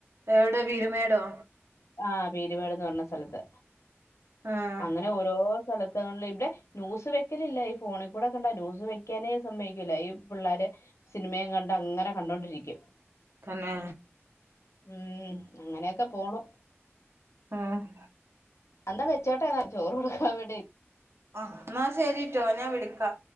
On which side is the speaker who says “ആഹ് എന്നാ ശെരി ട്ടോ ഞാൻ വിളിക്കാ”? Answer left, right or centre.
Right